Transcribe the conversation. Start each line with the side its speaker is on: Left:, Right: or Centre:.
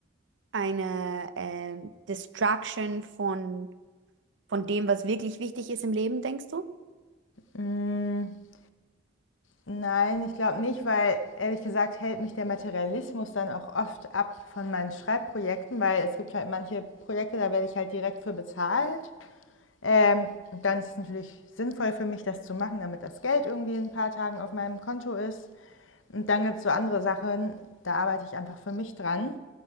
Right: eine ähm, Destruction von, von dem, was wirklich wichtig ist im Leben, denkst du?
Left: mh, Nein, ich glaube nicht, weil ehrlich gesagt hält mich der Materialismus dann auch oft ab von meinen Schreibprojekten, weil es gibt halt manche Projekte, da werde ich halt direkt für bezahlt. Ähm, dann ist es natürlich sinnvoll für mich, das zu machen, damit das Geld irgendwie in ein paar Tagen auf meinem Konto ist. Und dann gibt es so andere Sachen, da arbeite ich einfach für mich dran.